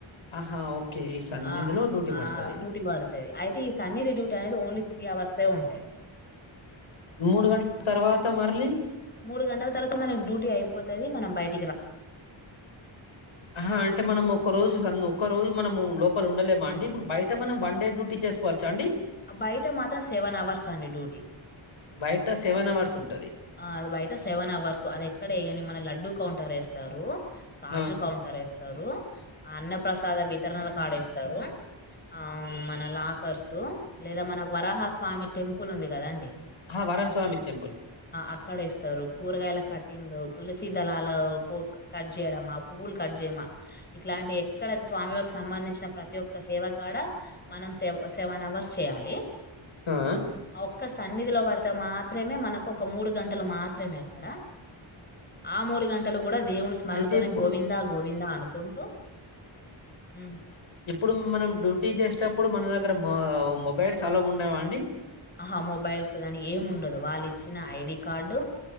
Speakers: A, on the left; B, on the left.
A: ఆహా ఓకే ఈ సన్నిధిలో
B: ఆ
A: డ్యూటీ
B: ఆ
A: పడుతది
B: డ్యూటీ బడతది అయితే ఈ సన్నిధి డ్యూటీ అనేది వోండ్లి త్రీ అవర్సే ఉంటాది
A: మూడు గంటల తర్వాత మర్లి
B: మూడు గంటల తర్వాత మనకు డ్యూటీ అయిపోతది మనం బయట
A: ఆహ అంటే మనము ఒక్క రోజు ఒక్క రోజు మనము లోపల ఉండలే మా అండి ఇప్పుడు బయట మనం వన్డే డ్యూటీ చేసుకోవచ్చ అండి
B: అ బయట మాత్రం సెవెన్ అవర్స్ అండి డ్యూటీ
A: బయట సెవెన్ అవర్స్ ఉంటది
B: ఆ అది బయట సెవెన్ అవర్స్ అది ఎక్కడ ఏయని మన లడ్డూ కౌంటర్ ఏస్తారు కాజు
A: ఆ
B: కౌంటర్ ఎస్తారు అన్న ప్రసాదం వితరణలు వాడేస్తారు ఆ మన లాకర్సు లేదా మనకు వరాహస్వామి టెంపుల్ ఉంది కదా అండి
A: ఆహ వరాస్వామి టెంపుల్
B: అక్కడె ఇస్తారు కూరగాయల కటింగ్ తులసి దళాల కట్ జేయడం ఆ పువ్వులు కట్ జేయడం మా ఇట్లాంటి ఎక్కడ స్వామివారికి సంబంధించిన ప్రతి ఒక్క సేవ కాడ మనం సెవ సెవెన్ అవర్స్ టేయాలి
A: ఆ
B: ఆ ఒక్క సన్నిధిలో పడితే మాత్రమే మన ఒక్క మూడు గంటలు మాత్రమే అక్కడ ఆ మూడు గంటలు కూడా దేవుని స్మరణతోనే
A: అయితే ఇప్పుడు
B: గోవిందా గోవిందా అనుకుంటూ ఉ
A: ఇప్పుడు మనం డ్యూటీ చేసేటప్పుడు మన దగ్గర మొ మొబైల్స్ అలవా ఉండవా అండి
B: ఆహా మొబైల్స్ గానీ ఏముండదు వాళ్ళు ఇచ్చిన ఐడి కార్డు